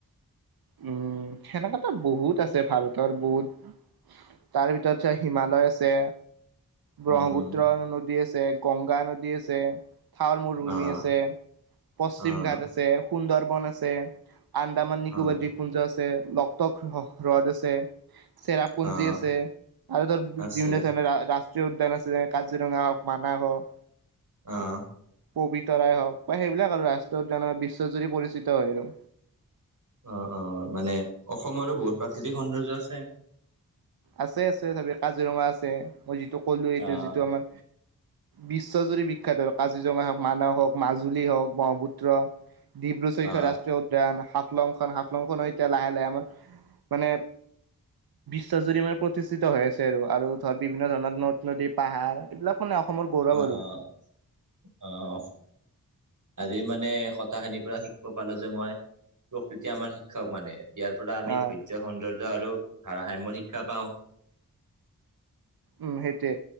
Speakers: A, on the right; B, on the right.
A: উম সেনেককাতো বহুত আছে ভাৰতৰ বহুত। তাৰ ভিতৰতছে হিমালয় আছে ব্ৰহ্মপুত্ৰ
B: উম, উম,
A: নদী আছে, গংগা নদী আছে। থাৱৰ মৰুভূমি
B: অ',
A: আছে, পশ্চিম
B: অ',
A: ঘাট আছে সুন্দৰবন আছে। আন্দামান নিকোবাৰ
B: অ',
A: দ্বীপুঞ্জ আছে লগ হ্ৰদ আছে চেৰাপুঞ্জী
B: অ',
A: আছে আৰু ধৰ বিভিন্ন
B: আছে
A: ধৰণৰ ৰাজ। উদ্যান আছে যে কাজিৰঙা হওক মানাহ হওক
B: আহ।
A: পবিতৰাই হওক বা সেইবিলাক আৰু ৰাষ্ট্ৰ উদ্যান বিশ্বজুৰি পৰিচিত হয় আৰু
B: অ', অ', মানে অসমৰো বহুত প্ৰাকৃতিক সৌন্দৰ্য আছে
A: আছে, আছে তাপি কাজিৰঙা আছে মই যিটো কলো সিটো
B: অ',
A: যিটো আমাৰ বিশ্বজুৰি বিখ্যয়াত কাজিৰঙা হওক মানস হওক মাজুলী হওক ব্ৰহ্মপুত্ৰ ডিব্ৰু সৈখ্য
B: অ',
A: ৰাষ্ট্ৰীয় উদ্যান হাফলংখন হাফলং খন এতিয়া লাহে লাহে আমাৰ মানে বিশ্বজুৰি মানে প্ৰতিষ্ঠিত হৈ আছে আৰু ধৰ বিভিন্ন ধৰণৰ নদ-নদী পাহাৰ এইবিলাক, মানে অসমৰ গৌৰৱ
B: অ',
A: আৰু
B: অ', অ', আজি মানে কথাখিনিৰ পৰা শিকিব পালোঁ যে মই প্ৰকৃতিয় আমাৰ শিক্ষক মানে। ইয়াৰ পৰা আমি
A: আহ
B: ধৈৰ্য সৌন্দৰ্য আৰু ভাৰসাম্য শিক্ষা পাওঁ।
A: উম্, সেইটোৱে